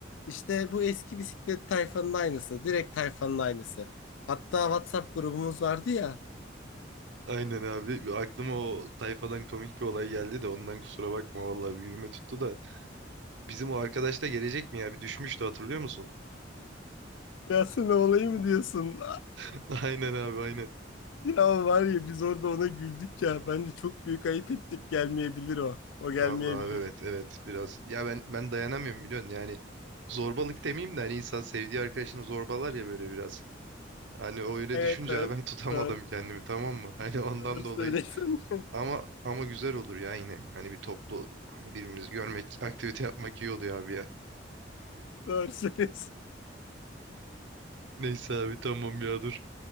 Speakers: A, on the left (about 80°); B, on the right (about 75°).
A: İşte bu eski bisiklet tayfanın aynısı. Direkt tayfanın aynısı. Hatta WhatsApp grubumuz vardı ya.
B: Aynen abi. Aklıma o tayfadan komik bir olay geldi de ondan kusura bakma vallahi bir yürüme tuttu da. Bizim o arkadaş da gelecek mi ya? Bir düşmüştü hatırlıyor musun?
A: Ya sen olayım mı diyorsun?
B: <laughs> Aynen abi aynen.
A: Ya var ya biz orada ona güldük ya. Bence çok büyük ayıp ettik. Gelmeyebilir o. O gelmeyebilir.
B: Vallahi abi evet evet biraz. Ya ben ben dayanamıyorum biliyorsun yani. Zorbalık demeyeyim de hani insan sevdiği arkadaşını zorbalar ya böyle biraz. Hani o öyle
A: Evet
B: düşünce
A: evet.
B: abi ben <laughs> tutamadım
A: Doğru.
B: kendimi tamam mı? <laughs> Hani ondan
A: Doğru söylüyorsun.
B: dolayı Ama ama güzel olur ya yine. Hani bir toplu hani birbirimizi görmek, <laughs> aktivite yapmak iyi oluyor abi ya.
A: <laughs> Doğru söylüyorsun.
B: Neyse abi tamam ya dur.